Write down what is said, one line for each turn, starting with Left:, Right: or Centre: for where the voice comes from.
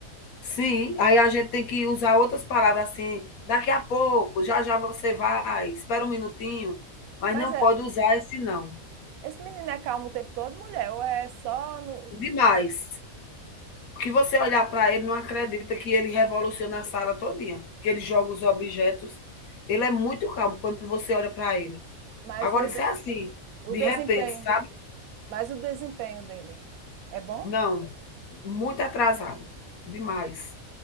Left: Sim, aí a gente tem que usar outras palavras assim, daqui a pouco, já já você vai, espera um minutinho, mas
Right: Mas
Left: não pode
Right: é-
Left: usar esse não.
Right: esse menino é calmo o tempo todo, mulher, ou é só no,
Left: Demais. o Que você olhar para ele não acredita que ele revoluciona a sala todinha, que ele joga os objetos. Ele é muito calmo quando você olha para ele.
Right: mas
Left: Agora
Right: o,
Left: isso
Right: de-
Left: é assim,
Right: o
Left: de
Right: desempenho,
Left: repente, sabe?
Right: mas o desempenho dele é bom?
Left: Não, muito atrasado, demais,